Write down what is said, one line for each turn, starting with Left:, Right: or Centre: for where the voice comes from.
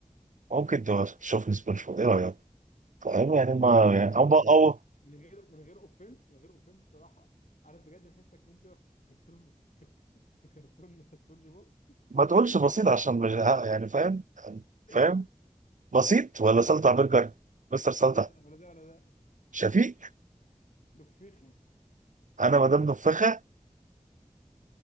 Right: ممكن تشوفني سبونج بوب ايه رايك؟ فاهم يعني ما
Left: بصراحه
Right: يعني او
Left: من غير
Right: او
Left: من غير من غير اوفنس من غير اوفنس بصراحه عارف بجد بحسك مين شبه في كرتون <laughs> في كرتون سبونج بوب
Right: ما تقولش بسيط عشان مش يعني فاهم فاهم
Left: ايه
Right: بسيط ولا سلطع برجر مستر سلطع
Left: لا ولا ده ولا ده
Right: شفيق
Left: نفخة
Right: انا ما دام نفخه